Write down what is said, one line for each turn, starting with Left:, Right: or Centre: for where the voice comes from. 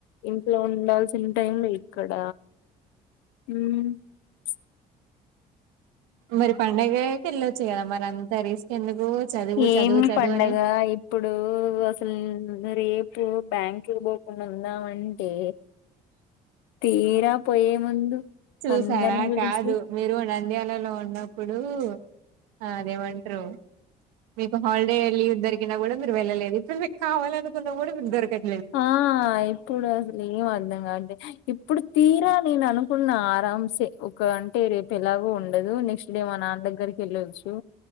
Left: ఇంట్లో ఉండాల్సిన టైంలే ఇక్కడ హ్మ్ ప్చ్
Right: మరి పడుగకి వెళ్ళొచ్చు కదా మరి అంత రిస్క్ ఎందుకు చదువు చదువు
Left: ఏం
Right: చదువు
Left: పండగ
Right: అని
Left: ఇప్పుడు అసలు ఇగ రేపు బ్యాంకుకి పోకుండా ఉందామంటే తీరా పోయే ముందు
Right: చూసారా
Left: అందరినీ పిలిచి
Right: కాదు మీరు నంద్యల లలో ఉన్నప్పుడు ఆ అదేమంటారు మీకు హాలిడే లీవ్ దొరికినా కూడా మీరు వెళ్ళలేదు ఇప్పుడు మీకు కావాలనుకున్నా కూడా మీకు దొరకట్
Left: ఆ ఇప్పుడు అసలు ఏం అర్థంగావట్లే ఇప్పుడు తీరా నేన్ అనుకు కున్న ఆరాం సే ఒక గంటే రేపు ఎలాగో ఉండదు నెక్స్ట్ డే మా నాన్న దగ్గరికి వెళ్ళోచ్చు